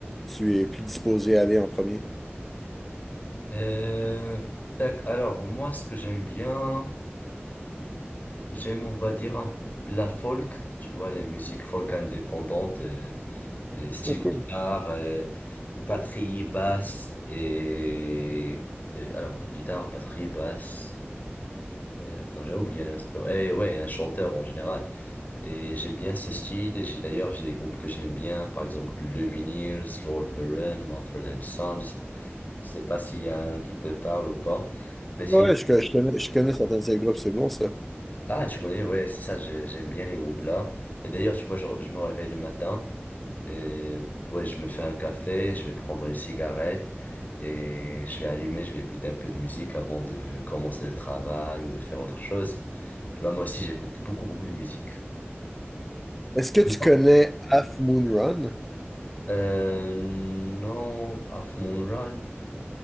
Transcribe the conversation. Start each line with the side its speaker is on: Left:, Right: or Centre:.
Centre: tu es plus disposé à aller en premier?
Left: Euh, tac. Alors, moi, ce que j'aime bien, j'aime, on va dire, un- la folk, tu vois, les musiques folk indépendantes. euh, Euh, style
Centre: Ah, cool.
Left: guitare, euh, batterie, basse et euh, alors guitare, batterie, basse. euh, attends, j'ai oublié un instrument. Et ouais, un chanteur en général. Et j'aime bien ce style. Et J'ai d'ailleurs j'ai des groupes que j'aime bien, par exemple Lumineers, Lord Huron, Mumford and Sons. Je sais pas s'il y a un qui te parle ou pas. Mais sinon,
Centre: Ouais, je, je connais, je connais certains de ces groupes, c'est bon ça.
Left: ah tu connais, ouais, c'est ça. j'ai- J'aime bien les groupes là. Et d'ailleurs, tu vois, je, je me réveille le matin. Euh, ouais, je me fais un café, je vais prendre une cigarette et je vais allumer, je vais écouter un peu de musique avant de commencer le travail ou de faire autre chose. Tu vois, moi aussi, j'écoute beaucoup, beaucoup de musique.
Centre: Est-ce que tu
Left: Dis-moi.
Centre: connais Half Moon Run?
Left: Euh, non, Half Moon Run.